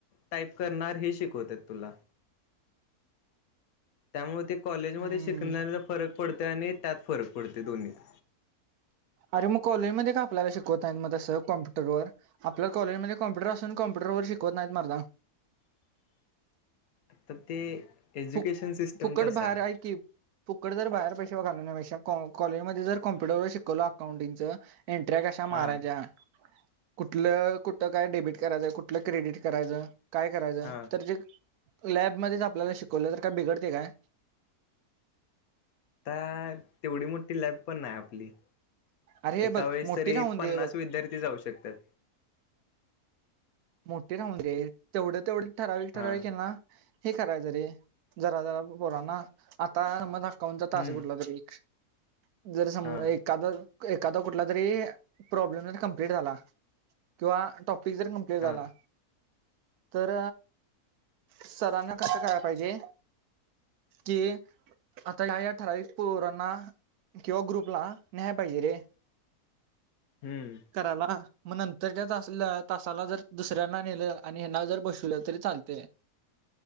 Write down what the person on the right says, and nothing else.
हम्म
अरे म कॉलेजमध्ये का आपल्याला शिकवत नाईत म तसं कम्प्युटर वर आपल्या कॉलेजमध्ये कॉप्युटर असून कम्प्युटरवर शिकवत नाहीत मरदा.
फुक-फुकट
बाहेर
हाय की फुकट जर बाहेर पैसे पेक्षा कॉ काॅलेजमदे जर कम्प्युटरवर शिकवल आकाउंटिंगच एंट्र्या कशा
मरायच्या कुटलं कुट काय डेबिट करायचंय कुटलं क्रेडिट करायचं काय करायचं
तर जे लॅबमध्येच आपल्याला शिकवलं तर काय बिघडतय काय?
अरे हे
बघ
मोठी
राहून
दे बघ
मोठी राहून देरे तेवड-तेवड ठराविक
ठराविक हेना हे करायच रे जरा जरा पोरांना आता समज आकाउंटचा
तास कुठला तरी एक जर सम
एकाद, एकादा कुटला तरीअ प्रॉब्लेम ज कम्प्लीट झाला किंवा टॉपिक जर हे झाला
तर, सरांना कसं कराय पाहिजे कि, आता ह्या ह्या ठराविक पोरांना किंवा ग्रुपला न्याया पाहीजे रे.
करायला म नंतरच्या तासल तासाला जर दुसऱ्यांना नेलं आणि हेना जर बशिवलं तरी चालतय.